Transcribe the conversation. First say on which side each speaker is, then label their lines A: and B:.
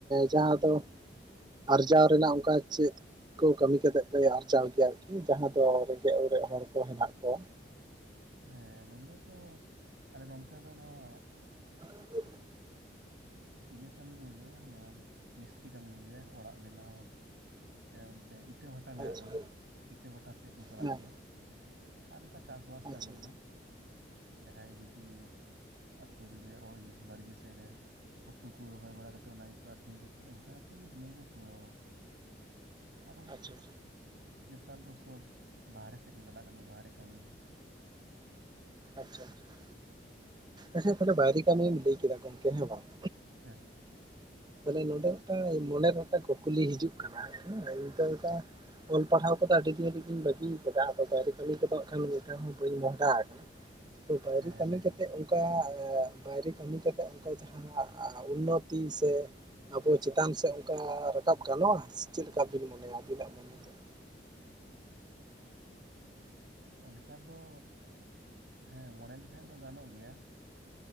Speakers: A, on the right; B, on the right.
A: ᱡᱟᱦᱟᱸ ᱫᱚ ᱟᱨᱡᱟᱣ ᱨᱮᱱᱟᱜ ᱚᱝᱠᱟ ᱪᱮᱫ ᱠᱚ ᱠᱟᱹᱢᱤ ᱠᱟᱛᱮᱜ ᱯᱮ ᱟᱨᱡᱟᱣ ᱜᱮᱭᱟ ᱟᱨᱠᱤ ᱡᱟᱦᱟᱸ ᱫᱚ ᱨᱮᱸᱜᱮᱡ ᱚᱨᱮᱡ ᱦᱚᱲ ᱠᱚ ᱦᱮᱱᱟᱜ ᱠᱚᱣᱟ?
B: ᱦᱮᱸ ᱱᱚᱸᱰᱮ ᱫᱚ ᱟᱞᱮ ᱱᱚᱱᱛᱮ ᱫᱚ ᱱᱚᱣᱟ
A: <unintelligible>
B: ᱤᱭᱟᱹ ᱠᱟᱹᱢᱤ ᱠᱚᱜᱮ ᱚᱱᱟ ᱢᱤᱥᱛᱨᱤ ᱠᱟᱹᱢᱤ ᱠᱚᱜᱮ ᱚᱲᱟᱜ ᱵᱮᱱᱟᱣ᱾ ᱥᱮ ᱚᱱᱛᱮ ᱤᱴᱟᱹ ᱵᱷᱟᱴᱟ ᱢᱮᱱᱟᱜ
A: ᱟᱪᱪᱷᱟ
B: ᱠᱟᱫᱟ ᱤᱴᱟᱹ ᱵᱷᱟᱴᱟ ᱥᱮᱫ ᱠᱚ ᱥᱟᱞᱟᱜ
A: ᱦᱮᱸ
B: ᱜᱮᱭᱟ᱾ ᱟᱨ ᱱᱚᱝᱠᱟ ᱪᱟᱥᱵᱟᱥ
A: ᱟᱪᱪᱷᱟ ᱟᱪᱪᱷᱟ
B: ᱠᱟᱹᱢᱤ ᱜᱮ᱾ ᱡᱟᱦᱟᱭ ᱡᱩᱫᱤ ᱟᱹᱛᱩ ᱨᱮᱜᱮ ᱳᱭ ᱵᱟᱲᱜᱤ ᱥᱮᱜ ᱨᱮ ᱩᱛᱩ ᱠᱚ ᱨᱚᱦᱚᱭ ᱵᱟᱲᱟᱠᱟᱛᱮᱜ ᱚᱱᱟ ᱜᱮᱠᱚ ᱟᱠᱷᱨᱤᱧ ᱠᱟᱛᱮᱫ ᱚᱱᱠᱟ ᱠᱟᱛᱮᱫ ᱜᱮ ᱡᱤᱭᱚᱱ ᱠᱚ ᱠᱷᱟᱱᱰᱟᱣᱟ᱾ ᱟᱨᱚ
A: ᱟᱪᱪᱷᱟ
B: ᱱᱮᱛᱟᱨ ᱫᱚ ᱥᱚᱵ ᱵᱟᱦᱨᱮ ᱥᱮᱜ ᱠᱚ ᱪᱟᱞᱟᱜ ᱠᱟᱱᱟ ᱵᱟᱦᱨᱮ ᱠᱟᱢᱤ ᱜᱮ᱾
A: ᱟᱪᱪᱷᱟ ᱟᱪᱪᱷᱟ, ᱟᱪᱪᱷᱟ ᱛᱟᱦᱚᱞᱮ ᱵᱟᱭᱨᱮ ᱠᱟᱢᱤᱢ ᱞᱟᱹᱭ ᱠᱮᱫᱟ ᱜᱚᱝᱠᱮ ᱦᱮᱸ ᱵᱟᱝ?
B: ᱦᱮᱸ
A: ᱛᱟᱦᱚᱞᱮ ᱱᱚᱰᱮ ᱢᱤᱴᱟᱝ ᱢᱚᱱᱮᱨᱮ ᱢᱤᱫᱴᱟᱝ ᱠᱩᱠᱞᱤ ᱦᱤᱡᱩᱜ ᱠᱟᱱᱟ <unintelligible> ᱚᱞ ᱯᱟᱲᱦᱟᱣ ᱠᱚᱫᱚ ᱟᱹᱰᱤ ᱫᱤᱱ ᱨᱤᱜᱤᱧ ᱵᱟᱹᱜᱤ ᱟᱠᱟᱫᱟ ᱟᱫᱚ ᱵᱟᱭᱨᱮ ᱠᱟᱹᱢᱤ ᱠᱚᱫᱚ ᱮᱠᱷᱟᱱ ᱢᱤᱫ ᱫᱷᱟᱣ ᱦᱚᱸ ᱵᱟᱹᱧ ᱢᱚᱦᱰᱟ ᱟᱠᱟᱱᱟ ᱾ ᱛᱚ ᱵᱟᱭᱨᱮ
B: ᱦᱮᱸ
A: ᱠᱟᱹᱢᱤ
B: ᱞᱟᱹᱭ
A: ᱠᱟᱛᱮᱫ
B: ᱵᱤᱱ
A: ᱚᱱ ᱚᱱᱠᱟ ᱵᱟᱭᱨᱮ ᱠᱟᱹᱢᱤ ᱠᱟᱛᱮᱜ ᱚᱱᱠᱟ ᱡᱟᱦᱟᱸ ᱩᱱᱱᱚᱛᱤ ᱥᱮ ᱟᱵᱚ ᱪᱮᱛᱟᱱ ᱥᱮᱜ ᱚᱱᱠᱟ ᱨᱟᱠᱟᱵ ᱜᱟᱱᱚᱜᱼᱟ ᱥᱮ ᱪᱮᱜ ᱞᱮᱠᱟ ᱵᱤᱱ ᱢᱚᱱᱮᱭᱟ ᱟᱵᱤᱱᱟᱜ ᱢᱚᱱᱮᱛᱮ ᱾
B: ᱚᱱᱠᱟ ᱫᱚ ᱦᱮᱸ ᱢᱚᱸᱬᱮ ᱞᱮᱠᱟᱡ ᱫᱚ ᱜᱟᱱᱚᱜ ᱜᱮᱭᱟ ᱾